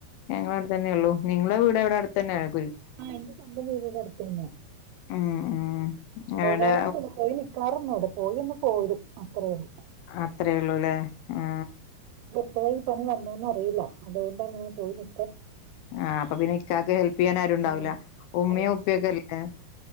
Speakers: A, on the left; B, on the right.
A: ഞങ്ങള അവിടെ തന്നെ ഉള്ളു നിങ്ങളെ വീട് എവിടെ അടുത്ത് തന്നെ ആയിും
B: ആഹ എന്റെ സ്വന്തം വീടടെ അടുത്ത തന്നെ
A: ഉം ഉം
B: പോകാറ
A: അവിടെ
B: പോയി നി കറന്നൂട പോയി ഒന്ന് പോരും അത്രയേള്ളൂ
A: അത്രേ ഉള്ളൂല്ലേ ആ
B: ഇപ്പോഴ ഈണിന്നുന്ന് അറിയില്ല അതുകൊണ്ടാണ്ങ്ങനെ പോയി നി
A: ആഹ് അപ്പൊ പിന്നെ ഇക്കക്ക് ഹെൽപ് ചെയ്യാൻ ആരുും ഉണ്ടാവില്ല
B: ഉം.
A: ഉമ്മോ
B: അതെ
A: ഉപ്പയൊക്കെല്ലേ